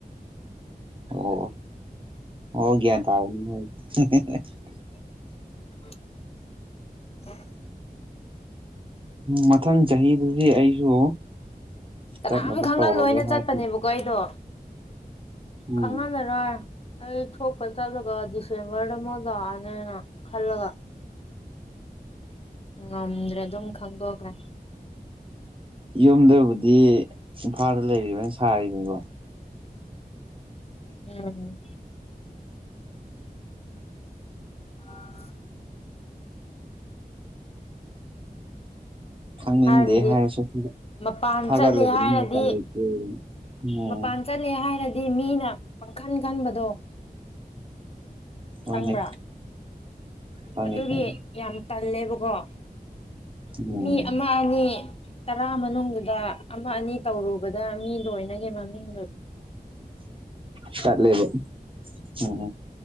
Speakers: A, on the right; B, on the left.
A: ꯑꯣ ꯑꯣ ꯒ꯭ꯌꯥꯟ ꯇꯥꯔ <unintelligible>
B: <inaudible>
A: ꯃꯊꯪ ꯆꯍꯤꯗꯗꯤ ꯑꯩꯁꯨ
B: ꯀꯅꯥꯝ
A: ꯆꯠꯅꯕ
B: ꯈꯪ
A: ꯇꯧꯔꯒꯦ
B: ꯍꯜꯂꯣꯏꯅ
A: ꯍꯥꯏꯗꯤ
B: ꯆꯠꯄꯅꯦꯕ ꯀꯣ ꯑꯩꯗꯣ
A: ꯎꯝ
B: ꯈꯪꯍꯜꯂꯔꯣꯏ ꯑꯩ ꯊꯣꯛꯄ ꯆꯠꯂꯒ ꯗꯤꯁꯦꯝꯕꯔꯗ ꯑꯃꯨꯛ ꯂꯥꯛꯑꯅꯦꯅ ꯈꯜꯂꯒ ꯉꯝꯗ꯭ꯔꯦ ꯑꯗꯨꯝ ꯈꯪꯗꯣꯛꯈ꯭ꯔꯦ
A: ꯌꯨꯝꯗꯕꯨꯗꯤ ꯏꯝꯐꯥꯜꯗ ꯂꯩꯔꯤꯕꯅ ꯁꯥꯔꯤꯕꯅꯤꯕ
B: ꯎꯝ <inaudible>
A: ꯈꯪꯅꯤꯡꯗꯦ
B: ꯍꯥꯏꯕꯗꯤ
A: ꯍꯥꯏꯔꯁꯨ
B: ꯃꯄꯥꯟ
A: ꯊꯥꯒꯠꯂꯕꯅꯤꯅ
B: ꯆꯠꯂꯦ ꯍꯥꯏꯔꯗꯤ
A: ꯎꯄꯥꯏ ꯂꯩꯇꯦ ꯎꯝ
B: ꯃꯄꯥꯟ ꯆꯠꯂꯦ ꯍꯥꯏꯔꯗꯤ ꯃꯤꯅ ꯄꯪꯈꯟ ꯈꯟꯕꯗꯣ
A: ꯍꯣꯏꯅꯦ
B: ꯈꯪꯕ꯭ꯔꯥ
A: ꯈꯪꯉꯦ
B: ꯑꯗꯨꯒꯤ
A: ꯈꯪꯉꯦ
B: ꯌꯥꯝ ꯇꯜꯂꯦꯕꯀꯣ
A: ꯎꯝ
B: ꯃꯤ ꯑꯃ ꯑꯅꯤ ꯇꯔꯥ ꯃꯅꯨꯡꯗꯨꯗ ꯑꯃ ꯑꯅꯤ ꯇꯧꯔꯨꯕꯗ ꯃꯤꯗꯣ ꯂꯣꯏꯅꯒꯤ ꯃꯃꯤꯡꯗꯨ
A: ꯆꯠꯂꯦꯕ ꯎꯝ